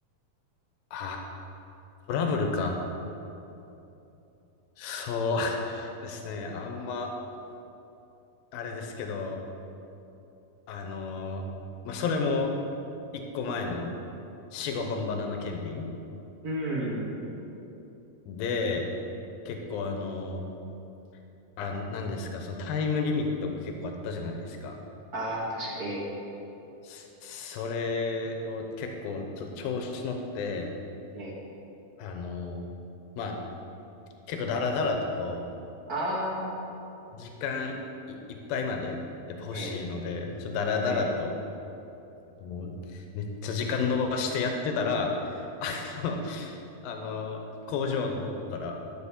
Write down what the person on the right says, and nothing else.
うーん。
あー、確かに、え
え、ええ。
あ
ー、ええ、
ええ、